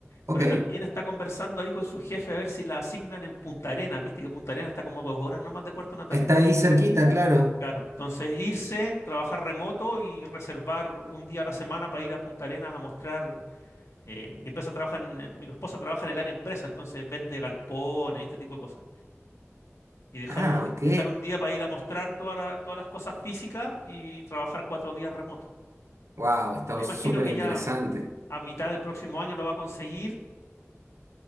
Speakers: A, on the right; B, on the left.
A: ok.
B: pero también está conversando ahí con su jefe a ver si la asignan en Punta Arenas. Viste que Punta Arenas está como dos horas nomás de Puerto Natales.
A: Está ahí cerquita, claro.
B: Claro, entonces irse, trabajar remoto y reservar un día a la semana para ir a Punta Arenas a mostrar. eh, mi empresa trabaja en- en- mi esposa trabaja en el área empresa, entonces vende galpones y este tipo de cosas. Y dejar
A: Ah,
B: un, di-
A: ok.
B: dejar un día para ir a mostrar toda la- todas las cosas físicas y trabajar cuatro días remoto.
A: Wow, está
B: Yo me imagino
A: súper
B: que
A: interesante.
B: ya a mitad del próximo año lo va a conseguir